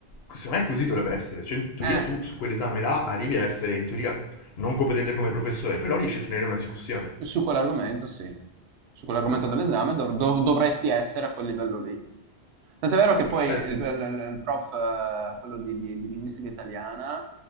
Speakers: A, on the left; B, on the right.
A: co- secondo me così dovrebbe essere. Cioè, in teoria
B: Eh,
A: tu su quell'esame là arrivi a essere in teoria non competente come professore, però riesci a tenere una discussione.
B: su quell'argomento sì, su quell'argomento
A: Ah,
B: dell'esame dov- dov- dovresti essere a quel livello lì. Tant'è vero che
A: perfetto.
B: poi il, il- il prof, eh, quello di, di- di linguistica italiana,